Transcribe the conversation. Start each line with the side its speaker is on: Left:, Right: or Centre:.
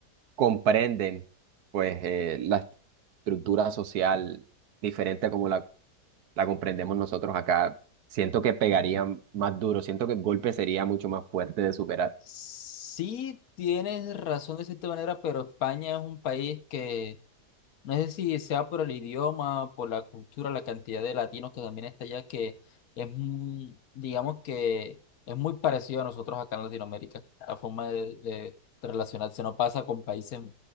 Right: comprenden, pues, eh, la estructura social diferente como la la comprendemos nosotros acá. Siento que pegaría más duro, siento que el golpe sería mucho más fuerte de superar.
Left: Sí, tienes razón de cierta manera, pero España es un país que no sé si sea por el idioma, por la cultura, la cantidad de latinos que también está allá, que es, muy- digamos que es muy parecido a nosotros acá en Latinoamérica, la forma de, de de relacionarse, no pasa con países